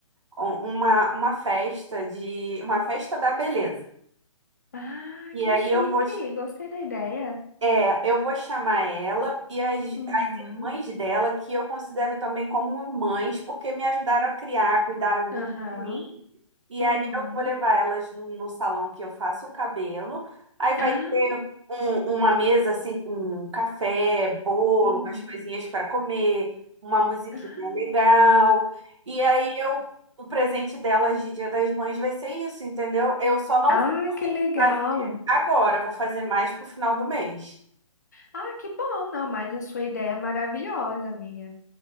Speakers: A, on the right; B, on the left.
A: um- uma, uma festa de uma festa da beleza.
B: Ah,
A: E
B: que
A: aí
B: chique!
A: eu vou
B: Gostei da ideia.
A: É, eu vou chamar ela e as,
B: Uhum,
A: as irmãs dela, que eu considero também como mães, porque me ajudaram a criar, cuidaram muito
B: aham,
A: de mim. E
B: uhum.
A: aí eu vou levar elas no, no salão que eu faço o cabelo. Aí vai
B: Ah,
A: ter um- uma mesa assim com café, bolo,
B: uhum.
A: umas coisinhas para comer, uma musiquinha
B: Aham.
A: legal. E aí eu, o presente delas de Dia das Mães vai ser isso, entendeu? Eu só não
B: Ah,
A: vou
B: que legal.
A: fazer agora, vou fazer mais pro final do mês.
B: Ah, que bom, não, mas a sua ideia é maravilhosa, amiga.